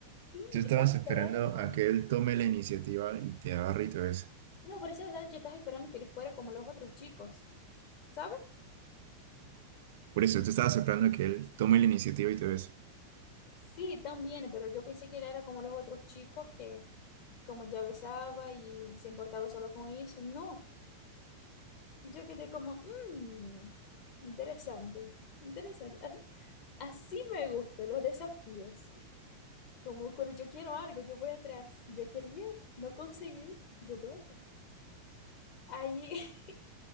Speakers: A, on the left; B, on the right.
A: Sí,
B: tú estabas
A: yo estaba esperando.
B: esperando a que él tome la iniciativa y te agarre y te bese.
A: No, por esa verdad, yo estaba esperando que él fuera como los otros chicos, ¿sabes?
B: Por eso, tú estabas esperando a que él tome la iniciativa y te bese.
A: Sí, también, pero yo pensé que él era como los otros chicos que como ya besaba y se importaba solo con eso. No. Y yo quedé como, "Mm, interesante, interesante. As- Así, me gustan los desafíos. Como cuando yo quiero algo, yo voy atrás. Yo quería, no conseguí, yo voy atrás. Ahí <laughs>